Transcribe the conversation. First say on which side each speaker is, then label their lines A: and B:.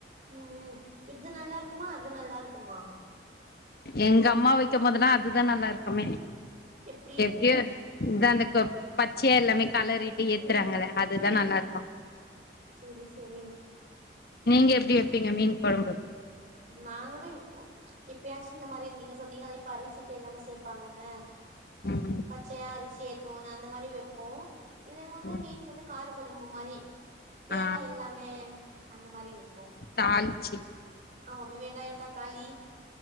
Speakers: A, on the right; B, on the left.
A: ம் ம் இது நல்லாருக்குமா அது நல்லாருக்குமா
B: எங்க அம்மா வைக்கம் போதெல்லா அதுதா நல்லா இருக்குமே
A: எப்டி
B: எப்டியோ இதா அந்த க பச்சையா எல்லாமே களறிட்டு ஏத்துறாங்கல்ல
A: ம்
B: அதுதா
A: ம்
B: நல்லா இருக்கு
A: செரி செரி
B: நீங்க எப்டி வெப்பீங்க மீன் கொழம்பு
A: நாங்களு எப்பயாச்சு இந்த மாரி நீங்க சொன்னீங்களே இப்ப அரச்சிட்டு எல்லாமே சேத் பாங்கன்னு
B: ம்
A: பச்சயா அரச்சி ஏத்துவோன்னு அந்த மாரி வெப்போ இல்லன்னா வந்து
B: ம்
A: மீன் போட்டு கார கொழம்பு மாரி தேங்கா
B: ஆ
A: இல்லாமே அந்த மாரி வெப் போ
B: தாளிச்சி
A: ஆமா வெங்காயோ தக்காளி